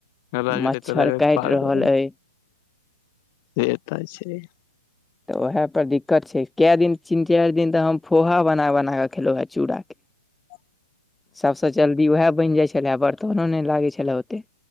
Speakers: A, on the left; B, in the centre.
A: रगड़ैत
B: मच्छर
A: रगड़ैत
B: काइट
A: पागल
B: रहल ऐ।
A: से तऽ छैय।
B: तऽ उएह तऽ दिक्कत छै कए दिन तीन चैर दिन तऽ हम फोहा बना बना कऽ खेलौ हेँ चूड़ा के।
A: अ
B: सभस जल्दी उएह बनि जाइत छलै बर्तनो नहि लागै छलै ओते।